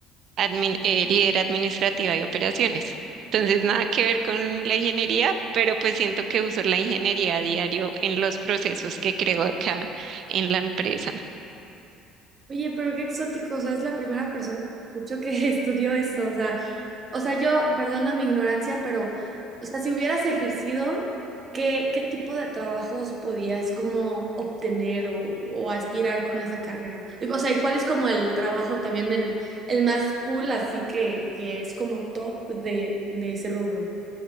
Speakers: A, on the right (about 55°); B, on the right (about 40°).
A: admin- eh, líder administrativa y operaciones. Entonces, nada que ver con la ingeniería, pero pues siento que uso la ingeniería a diario en los procesos que creo acá en la empresa.
B: Oye, pero qué exótico, o sea, es la primera persona que escucho que <laughs> estudió eso, o sea, o sea, yo, perdona mi ignorancia, pero, o sea, si hubieras ejercido, ¿qué, qué tipo de trabajos podías como obtener o, o aspirar con esa carrera? Y, O sea, ¿y cuál es como el trabajo también el, el más cool, así que, que es como top de, de ese rubro?